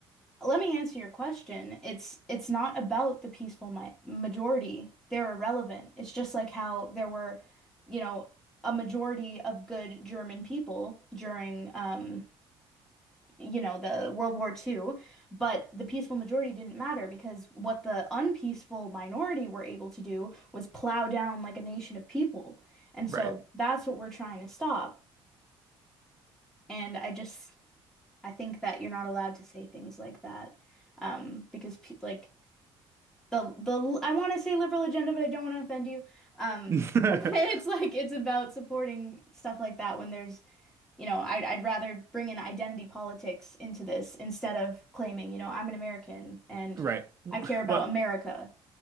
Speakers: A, in the centre; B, on the right.
A: let me answer your question. It's it's not about the peaceful mi majority. They're irrelevant. It's just like how there were, you know, a majority of good German people during um, you know, the World War II, but the peaceful majority didn't matter because what the unpeaceful minority were able to do was plow down like a nation of people. And so
B: Right.
A: that's what we're trying to stop. And I just I think that you're not allowed to say things like that um because pe- like the the I want to say liberal agenda, but I don't want to offend you. Um,
B: <laughs>
A: <laughs> it's like it's about supporting stuff like that when there's, you know, I'd I'd rather bring in identity politics into this instead of claiming, you know, I'm an American and
B: Right.
A: I care about
B: Well,
A: America.